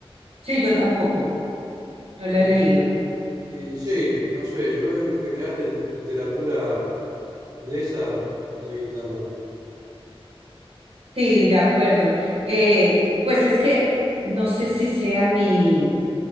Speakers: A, on the right; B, on the right.
A: Sí, yo tampoco. No lo
B: Y,
A: he leído.
B: y sí, no sé, yo en general de literatura inglesa no leí tanto.
A: Sí, de acuerdo. Eh, pues es que no sé si sea mi,